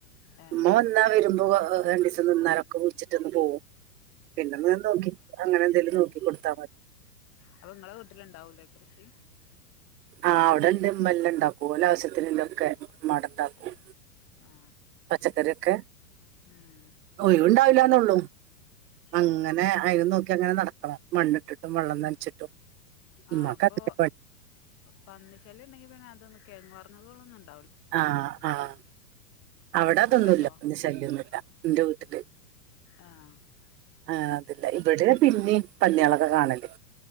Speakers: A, on the left; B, on the right.
A: ഏ
B: മോൻ ഇന്നാ വരുമ്പോ ര ണ്ടീസം നിന്നാലൊക്കെ കുടിച്ചിട്ടൊന്ന് പോകും പിന്നെ നോക്കി അങ്ങനെ എന്തേലും നോക്കികൊ ടുത്താ മതി
A: അപ്പൊ ഇങ്ങളെ വീട്ടിലുണ്ടാവൂലേ കൃഷി
B: ആ അവിടെണ്ട് മല്ലാം ഉണ്ടാക്കും ഓല ആവശ്യത്തിന ഉള്ളഒക്കെ മ അവിടെ ഉണ്ടാകും
A: ഏ ആ
B: പച്ചക്കറിഒക്കെ
A: ഉം
B: ഒഴുണ്ടാവില്ലന്നൊ ഉള്ളൂ അങ്ങനെ
A: ആ
B: അയിനു നോക്കി അങ്ങനെ നടക്കണം മണ്ണിട്ടിട്ടും വെള്ളം നനച്ചിട്ടും
A: ആ
B: ഉമ്മക്ക്
A: അപ്പൊ
B: അതിന്റെ പണി
A: പന്നിശല്ല്യഉണ്ടെങ്കി പിന്നെ അതൊന്ന് കെഴങ്ങ് പററങ്ങ കൊള്ളൊന്നും ഉ ണ്ട്
B: ആഹ് ആഹ് അവിടെ അതൊന്നുല്ല
A: അവിടെണ്ടോ
B: ശല്ല്യൊന്നുല്ല ന്റെ വീട്ടില്
A: ആഹ്
B: ആഹ് അത് ല്ല ഇവിടെ പിന്നിം പന്ന്യാളൊക്കെ കാണൽണ്ട്